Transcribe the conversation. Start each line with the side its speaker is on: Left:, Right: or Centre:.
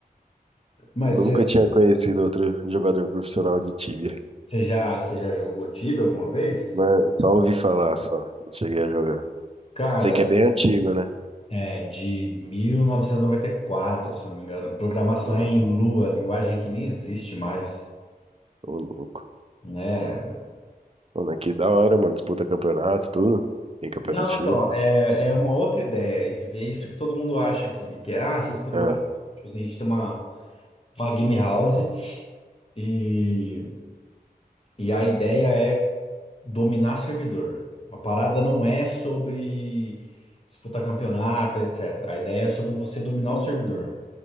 Left: Mas
Right: Nunca
Left: você
Right: tinha conhecido outro jogador profissional de Tibia.
Left: você já, você já jogou tíbia alguma vez?
Right: Mas só ouvi falar, só. Não cheguei a jogar.
Left: Cara,
Right: Sei que é bem antigo, né?
Left: é de mil novecentos e e noventa e quatro, se eu não me engano. Programação
Right: Aham,
Left: é em Lua, linguagem que nem existe mais,
Right: Ô, louco.
Left: né?
Right: Pô, mas que da hora, mano. Disputa campeonatos, tudo. Tem campeonatinho.
Left: Não, então, é, é uma outra ideia. Isso, é isso que todo mundo acha que, que é, ah, se disputa
Right: Ah,
Left: o campeonato. Tipo assim, a gente tem uma, uma game house e, e a ideia é dominar servidor. A parada não é sobre disputar campeonato, etc. A ideia é sobre você dominar o servidor.